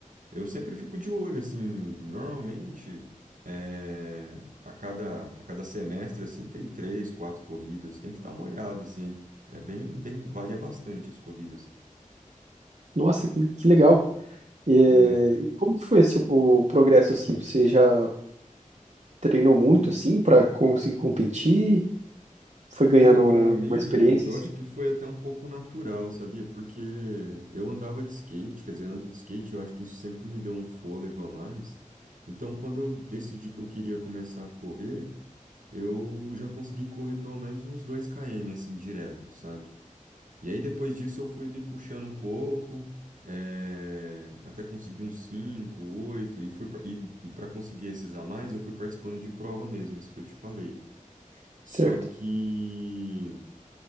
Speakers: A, on the right (about 70°); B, on the right (about 55°).
A: eu sempre fico de olho, assim, normalmente é, a cada, a cada semestre, assim, tem três, quatro corridas, tem que estar molhado, assim, é bem, bem, varia bastante as corridas.
B: Nossa, que, que legal! Eh,
A: É,
B: E eh, como que foi assim, o progresso assim? Você já treinou muito assim pra conseguir competir? Foi ganhando
A: Cara, pra mim,
B: uma experiência
A: eu
B: assim,
A: acho que foi até um pouco natural, sabia? Porque eu andava de skate, quer dizer, ando de skate, eu acho que isso sempre me deu um fôlego a mais. Então, quando eu decidi que eu queria começar a correr, eu já consegui correr pelo menos uns dois km, assim, direto, sabe? E aí, depois disso, eu fui me puxando um pouco, eh, até conseguir uns 5 8 e fui, par- e, e para conseguir esses a mais, eu fui participando de prova mesmo, isso que eu te falei. Só
B: certo?
A: que.